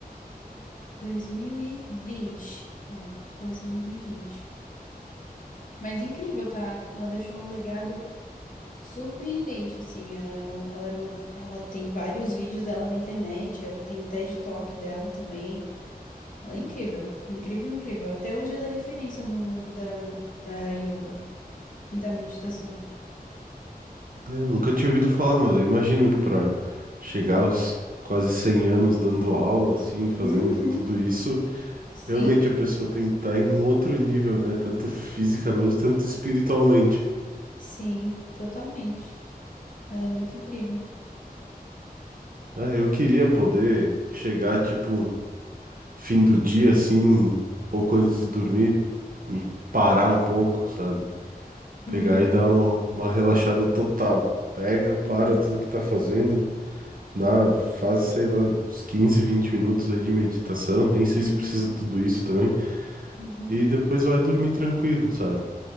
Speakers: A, on the left; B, on the right.
A: 2020. É, faleceu em 2020. Mas incrível, tá? Ela deixou um legado surpreendente, assim. Ela, ela, era uma, ela tem vários vídeos dela na internet, ela tem TED Talk dela também. Ela é incrível, incrível, incrível. Até hoje ela é referência no mundo da, da yoga e da meditação.
B: Eu nunca tinha ouvido falar, mas eu imagino para
A: Uhum.
B: chegar aos quase 100 anos dando aula, assim, fazendo
A: Uhum.
B: tudo isso,
A: Sim,
B: realmente a pessoa tem que estar em outro nível, né? Tanto fisicamente, tanto espiritualmente.
A: sim, totalmente. Ela é muito incrível.
B: Ah, eu queria poder chegar, tipo, fim do dia, assim, pouco antes de dormir e parar um pouco, sabe? Pegar
A: Uhum.
B: e dar uma, uma relaxada total. Pega, para
A: Uhum.
B: tudo que tá fazendo, dá, faz, sei lá, uns 15 20 minutos aí de meditação, nem sei
A: Uhum.
B: se precisa tudo isso também,
A: Uhum.
B: e depois vai dormir tranquilo, sabe?